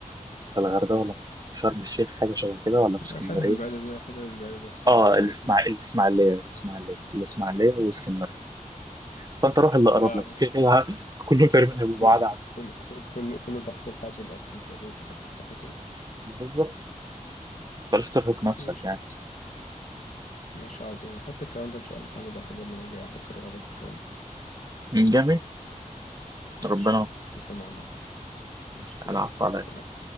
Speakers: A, on the right (about 30°); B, on the left (about 65°).
A: في الغردقة ولا في شرم الشيخ حاجة شبه كده ولا في اسكندرية
B: الحتت البعيدة دي الحتت البعيدة دي هصرف
A: اه
B: نظر
A: الإسماع-
B: اكيد
A: الإسماعيلية الإسماعيلية الإسماعيلية
B: <laughs>
A: واسكندرية فأنت روح اللي أقرب
B: لا
A: لك
B: م-
A: كده كده ه- كلهم تقريبا هيبقوا
B: كله
A: بعاد عنك
B: كله كله كله تحصيل حاصل اصلا تقريبا في الاخر صح كده
A: بالظبط ما تقدرش ترهق نفسك
B: ماشي
A: يعني
B: عظيم ماشي عظيم هحط الكلام ده ان شاء الله في عين الاعتبار لما اجي احط الرغبات والكلام ده
A: جميل
B: ماشي
A: ربنا
B: تسلم يا عم عمرو ماشي تسلم
A: العفو عليك
B: سلام